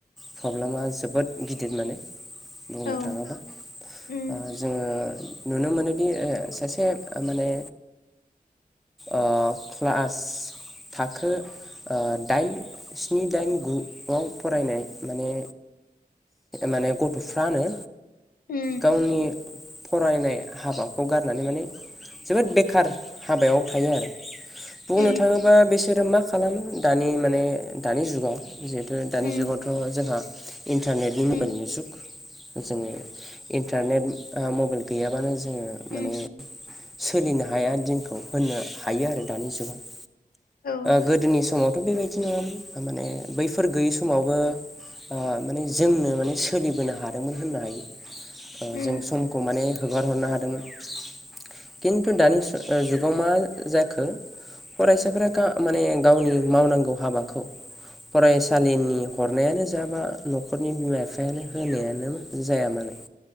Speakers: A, in the centre; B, on the left.
A: प्रब्लेमा जोबोद गिदिर माने बुंनो
B: औ
A: थाङोबा ओ।
B: उम
A: जोङो नुनो मोनोदि सासे माने ओ क्लास थाखो ओ दाइन स्नि दाइन गुआव फरायनाय माने माने गथ'फ्रानो
B: उम
A: गावनि फरायनाय हाबाखौ गारनानै माने जोबोद बेखार हाबायाव थायो आरो बुंनो
B: उम
A: थाङो बिसोरो मा खालामो दानि माने दानि जुगाव जिहेथु दानि
B: उम
A: जुगावथ' जोंहा इन्टारनेटनि मबाइलनि
B: उम
A: जुग। जोङो इन्टारनेट मबाइल गैयाबानो जोङो माने
B: उम
A: सोलिनो हाया दिनखौ होननो हायो आरो दानि जुगाव।
B: औ
A: गोदोनि समावथ' बेबायदि नङामोन थामाने बैफोर गैयै समावबो ओ माने जोंनो माने सोलिबोनो हादोंमोन होननो हायो।
B: उम
A: जों समखौ माने हगार हरनो हादोंमोन खिन्थु दानि जुगाव मा जाखो फरायसाफ्रा गा माने गावनि मावनांगौ हाबाखौ फरायसालिनि हरनायानो जाबा न'खरनि बिमा बिफायानो होनायानो जाया मानो